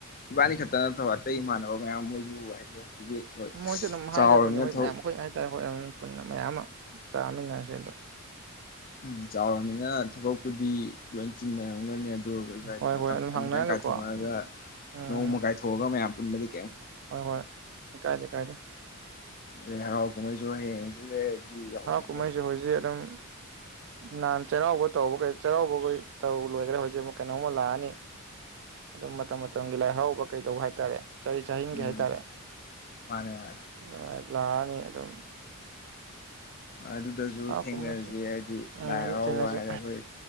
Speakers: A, on the left (about 40°); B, on the right (about 60°).
A: ꯏꯕꯥꯅꯤ ꯈꯛꯇ ꯅꯠꯇꯕ ꯑꯇꯩ ꯏꯃꯥꯟꯅꯕ ꯃꯌꯥꯝ ꯃ‌ꯣꯏꯁꯨ ꯍꯥꯏꯗꯤ ꯍꯧꯖꯤꯛꯀꯤ ꯍꯣꯏ
B: ꯃꯣꯏꯁꯨ ꯑꯗꯨꯝ
A: ꯆꯥꯎꯔꯕꯅꯤꯅ
B: ꯍꯥꯏꯒꯗꯣꯏꯅꯦ ꯍꯣꯏ
A: ꯊꯕꯛ
B: ꯃꯌꯥꯝ ꯑꯩꯈꯣꯏ ꯍꯥꯏꯇꯥꯔꯦ ꯑꯝ ꯄꯨꯟꯅ ꯃꯌꯥꯝ ꯑꯃ ꯆꯥꯃꯤꯅꯔꯁꯦ ꯑꯗꯣ
A: ꯎꯝ ꯆꯥꯎꯔꯃꯤꯅ ꯊꯕꯛꯄꯨꯗꯤ ꯂꯣꯏ ꯆꯤꯟꯅꯔꯝ ꯈꯪꯒꯅꯤ ꯑꯗꯨ ꯑꯣꯏꯔꯒꯁꯨ ꯍꯥꯏꯗꯤ
B: ꯍꯣꯏ ꯍꯣꯏ
A: ꯃꯇꯝ
B: ꯑꯗꯨꯝ
A: ꯈꯤꯇꯪ
B: ꯍꯪꯅꯔꯒꯀꯣ
A: ꯈꯤꯇꯪ ꯀꯥꯏꯊꯣꯛꯉꯑꯒ
B: ꯑꯗꯨꯝ ꯎꯝ
A: ꯅꯣꯡꯃ ꯀꯥꯏꯊꯣꯛꯑꯒ ꯃꯌꯥꯝ ꯄꯨꯨꯝꯃꯔꯤ
B: ꯍꯣꯏ ꯍꯣꯏ ꯏ ꯀꯥꯏ ꯗꯦ ꯀꯥꯏ ꯗꯦ
A: ꯑꯦ ꯍꯔꯥꯎ ꯀꯨꯃꯍꯩꯁꯨ ꯍꯌꯦꯡ ꯂꯦꯗꯤ ꯍꯧ
B: ꯀꯨꯝꯍꯩꯁꯨ ꯍꯧꯖꯤꯛ ꯑꯗꯨꯝ ꯅꯍꯥꯟ ꯆꯩꯔꯥꯎꯕ ꯇꯧꯕ ꯀꯩ ꯆꯩꯔꯥꯎꯕꯈꯩ ꯇꯧ ꯂꯣꯏꯈ꯭ꯔꯦ ꯍꯧꯖꯤꯛ ꯑꯃꯨꯛ ꯀꯩꯅꯣꯝꯃ ꯂꯥꯛꯑꯅꯤ ꯑꯗꯨꯝ ꯃꯇꯝ ꯃꯇꯝꯒꯤ ꯂꯥꯏ ꯍꯔꯥꯎꯕ ꯀꯩꯗꯧꯕ ꯍꯥꯏꯇꯥꯔꯦ ꯆꯍꯤ ꯆꯍꯤꯒꯤ
A: ꯎꯝ
B: ꯍꯥꯏꯇꯥꯔꯦ
A: ꯃꯥꯅꯦ ꯃꯥꯅꯦ
B: ꯑꯗꯨꯃꯥꯏꯅ ꯂꯥꯛꯑꯅꯤ ꯑꯗꯨꯝ <inaudible>
A: ꯑꯗꯨꯗꯁꯨ
B: ꯍꯔꯥꯎ
A: ꯊꯦꯡꯅꯁꯤ
B: ꯀꯨꯝꯍꯩꯁꯦ
A: ꯍꯥꯏꯗꯤ
B: ꯎꯝ
A: ꯂꯥꯏ ꯍꯔꯥꯎꯕ
B: ꯊꯦꯡꯅꯁꯦ
A: ꯍꯥꯏꯔꯦ ꯑꯩꯈꯣꯏ